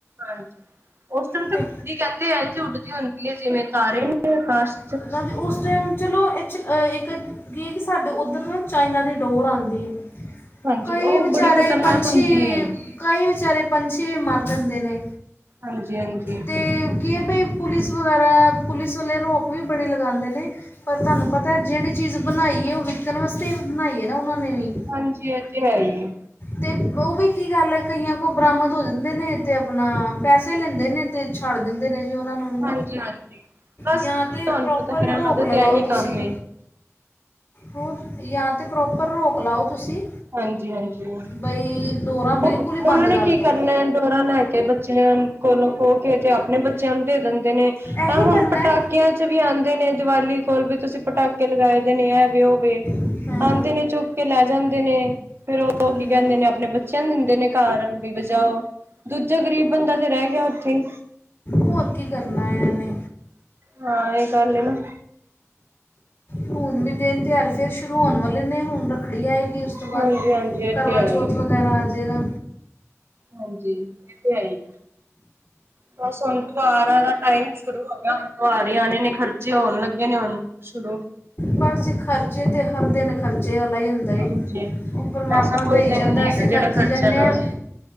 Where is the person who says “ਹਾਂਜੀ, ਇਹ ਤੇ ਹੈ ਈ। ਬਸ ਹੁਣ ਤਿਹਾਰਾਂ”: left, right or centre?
Right